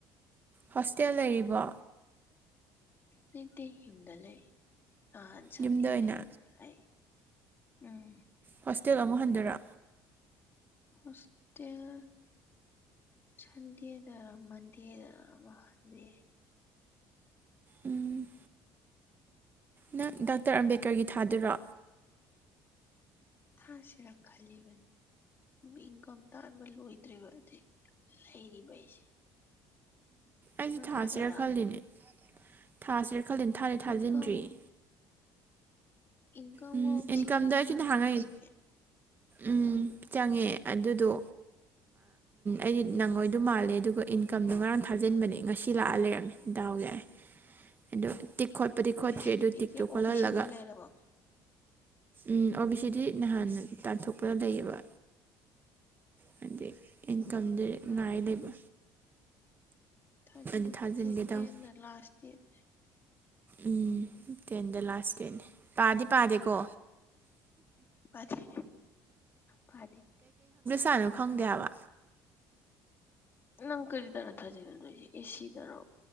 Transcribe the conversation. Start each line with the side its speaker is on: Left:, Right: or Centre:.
Right: ꯍꯣꯁꯇꯦꯜ ꯂꯩꯔꯤꯕꯣ
Left: ꯇꯩꯗ ꯂꯩ ꯅꯍꯥꯟ ꯁꯟꯗꯦꯗ
Right: ꯌꯨꯝꯗ ꯑꯣꯏꯅ
Left: ꯌꯨꯝꯗ ꯂꯩꯥ ꯎꯝ
Right: ꯍꯣꯁꯇꯦꯜ ꯑꯃꯨꯛ ꯍꯟꯗꯔ
Left: ꯍꯣꯁꯇꯦꯜ ꯁꯟꯗꯦꯗꯔ ꯃꯟꯗꯦ ꯗꯔꯍꯟꯕꯤ
Right: ꯎꯝ ꯅꯪ ꯗꯥꯛꯇꯔ ꯑꯝꯕꯦꯗꯀꯔꯒꯤ ꯊꯥꯗꯨꯔꯣ
Left: ꯊꯥꯁꯤꯔ ꯈꯜꯂꯤꯕꯅꯤ ꯏꯪꯀꯝ ꯇꯥꯟꯕ ꯂꯣꯏꯗ꯭ꯔꯤꯕꯗꯤ ꯂꯩꯔꯤꯕ ꯑꯩꯁꯦ
Right: ꯑꯩꯁꯦ
Left: ꯅꯪ
Right: ꯊꯥꯁꯤꯔ
Left: ꯊꯥꯗꯣꯏꯔꯥ
Right: ꯈꯜꯂꯤꯅꯦ ꯊꯥꯁꯤꯔ ꯈꯜꯂꯤꯅꯦ ꯊꯥꯅꯦ ꯊꯥꯖꯤꯟꯗ꯭ꯔꯤꯌꯦ
Left: ꯏꯟꯀꯝ ꯏꯟꯀꯝꯒ
Right: ꯎꯝ
Left: ꯑꯣ ꯕꯤ
Right: ꯏꯟꯀꯝꯗꯣ
Left: ꯁꯤ ꯀꯩꯀꯥ
Right: ꯑꯩꯁꯨ
Left: ꯃꯌꯥꯝ
Right: ꯍꯥꯡꯉꯩ
Left: ꯆꯪꯕꯅꯦ
Right: ꯎꯝ ꯆꯪꯉꯦ ꯑꯗꯨꯗꯣ ꯑꯩꯗꯤ ꯅꯪꯉꯣꯏꯗꯣ ꯃꯥꯜꯂꯦ ꯑꯗꯨꯒ ꯏꯟꯀꯝꯗꯣ ꯉꯔꯥꯡ ꯊꯥꯖꯤꯟꯕꯅꯦ ꯉꯁꯤ ꯂꯥꯛꯑ ꯂꯩꯔꯝꯃꯦ ꯗꯥꯎ ꯌꯥꯏ ꯑꯗꯣ ꯇꯤꯛ ꯈꯣꯠꯄꯗꯤ
Left: ꯑꯦ
Right: ꯈꯣꯠꯇ꯭ꯔꯤ
Left: ꯁꯤ
Right: ꯑꯗꯨ ꯇꯤꯛꯇꯣ
Left: ꯑꯣ
Right: ꯈꯣꯠꯍꯜꯂꯒ
Left: ꯕꯤ <inaudible>
Right: ꯎꯝ ꯑꯣ ꯕꯤ ꯁꯤꯗꯤ ꯅꯍꯥꯟ ꯇꯥꯟꯊꯣꯛꯄ ꯂꯩꯌꯦꯕ ꯍꯥꯏꯗꯤ ꯏꯟꯀꯝꯗ
Left: ꯑꯣ
Right: <inaudible>
Left: ꯐꯔꯦ
Right: ꯅꯨꯡꯉꯥꯏ
Left: ꯐꯔꯦ
Right: ꯂꯩꯕ
Left: ꯊꯥꯖꯤꯜꯂꯨ
Right: ꯑꯗꯨ ꯊꯥꯖꯤꯟꯒꯦ
Left: ꯗꯦꯠ ꯇꯦꯟꯗ
Right: ꯇ <inaudible>
Left: ꯂꯥꯁ ꯗꯥꯠ
Right: ꯎꯝ ꯇꯦꯟꯗ ꯂꯥꯁ ꯗꯦꯠꯅꯤ ꯄꯥꯗꯤ ꯄꯥꯗꯦꯀꯣ
Left: ꯄꯗꯤ ꯄꯗꯦ
Right: ꯀꯥꯅꯣ ꯈꯪꯗꯦꯕ
Left: ꯅꯪ ꯀꯔꯤ ꯇꯔꯊꯖꯤꯒ ꯑꯦꯁꯤꯗꯔ